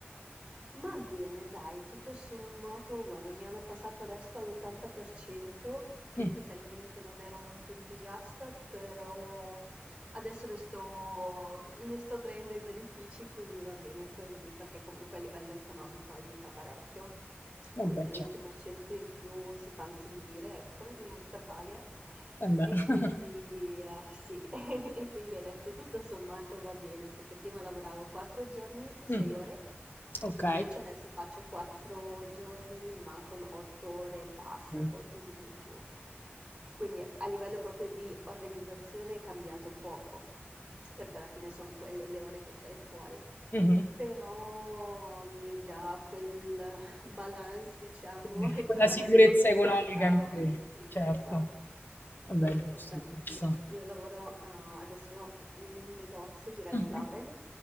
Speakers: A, on the right (about 20°); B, on the left (about 50°).
A: Ma bene, dai, tutto sommato, guarda, mi hanno passato adesso all'80%, che
B: Mm.
A: inizialmente non ero molto entusiasta, però adesso ne sto, ne sto traendo i benefici, quindi va bene così, perché comunque a livello economico aiuta parecchio. Questi
B: Eh beh,
A: 20%
B: certo.
A: in più si fanno sentire, ecco, in busta paga.
B: Eh beh.
A: E quindi,
B: <laughs>
A: ah, sì, <laughs> e quindi ho detto tutto sommato va bene, perché prima lavoravo 4 giorni, 6
B: Mm.
A: ore.
B: Ok.
A: Invece adesso faccio 4 giorni, ma con 8 ore e passa,
B: Mm.
A: qualcosina in più. Quindi a livello proprio di organizzazione è cambiato poco, perché alla fine sono quelle le ore che stai fuori,
B: Mhm.
A: però mi dà quel balance, diciamo,
B: Quindi
A: <laughs> economico
B: Quella sicurezza
A: che
B: economica
A: mancava.
B: in più,
A: Sì,
B: certo.
A: esatto,
B: Vabbè,
A: esattamente.
B: giusto, giusto.
A: Io lavoro, ah, adesso in un negozio di Ralph
B: Mhm.
A: Lauren